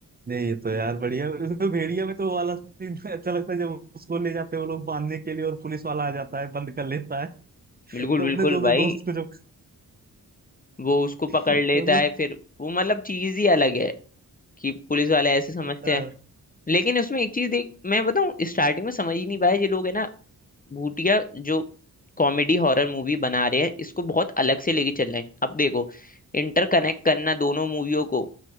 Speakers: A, on the right (about 25°); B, on the left (about 25°).
A: ये तो यार बढ़िया उसमें भेड़िया में तो वो वाला सीन अच्छा लगता है जब उसको ले जाते हैं वो लोग बांधने के लिए और पुलिस वाला आ जाता है बंद कर लेता है
B: बिल्कुल
A: तो
B: बिल्कुल
A: अपने दोनों
B: भाई
A: दोस्त को जब
B: वो उसको पकड़
A: मतलब
B: लेता है फिर वो मतलब चीज ही अलग है कि पुलिस वाले ऐसे समझते
A: अ,
B: हैं लेकिन उसमें एक चीज देख मैं बताऊं स्टार्टिंग में समझ ही नहीं पाया ये लोग है ना भूतिया जो कॉमेडी हॉरर मूवी बना रहे हैं इसको बहुत अलग से लेके चल रहे हैं अब देखो इंटरकनेक्ट करना दोनों मूवियों को